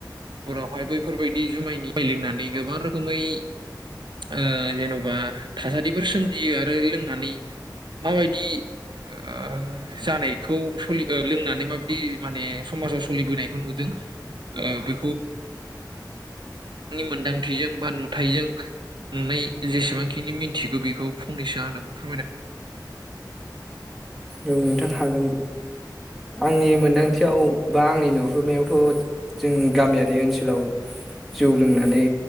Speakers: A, on the right (about 80°); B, in the centre.
A: हरावहाय बैफोरबायदि जुमायनि जुमाय लोंनानै गोबां रोखोमै ओ जेन'बा थासारिफोर सोमजियो आरो लोंनानै माबायदि ओ जानायखौ सलि लोंनानै माबायदि माने समाजाव सोलिबोनायखौ नुदों ओ बे मोनदांथिजों बा नुथाइजों नुनाय जेसेबांखिनि मिनथिगौ बेखौ फंनैसो आंनोबो फो
B: औ नोंथां हागोन आंनि मोनदां थियाव बा आंनि नुहुरनायावथ' जों गामियारि ओनसोलाव जौ लोंनानै